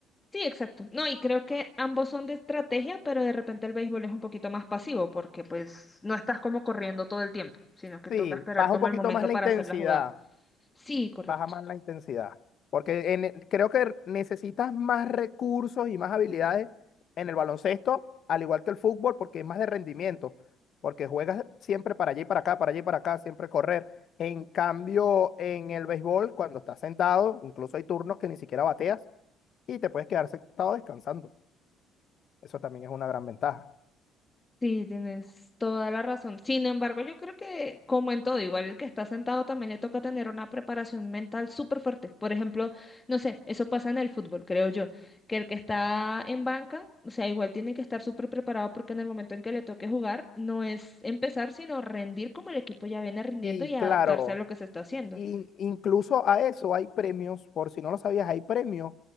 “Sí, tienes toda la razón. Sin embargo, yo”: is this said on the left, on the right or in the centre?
Left